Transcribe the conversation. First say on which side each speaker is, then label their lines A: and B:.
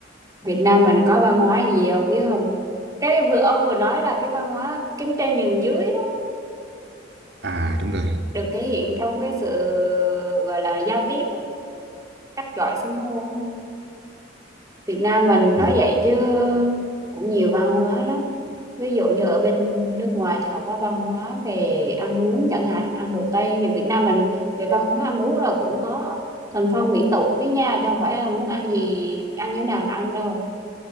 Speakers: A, on the right; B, on the right.
A: Việt Nam mình có văn hóa gì ông biết không cái vừa ông vừa nói là cái văn hóa kính trên nhường dưới đó
B: à đúng rồi
A: được thể hiện trong cái sự gọi là giao tiếp á, cách gọi xưng hô á. Việt Nam mình nói
B: Ừ.
A: vậy chứ cũng nhiều văn hóa lắm. Ví dụ như ở bên nước ngoài thì họ có văn hóa về ăn uống chẳng hạn, ăn đồ Tây thì Việt Nam mình về văn hóa ăn uống là cũng có thuần phong mỹ tục cái nha, chứ không phải là muốn ăn gì ăn như thế nào là ăn đâu.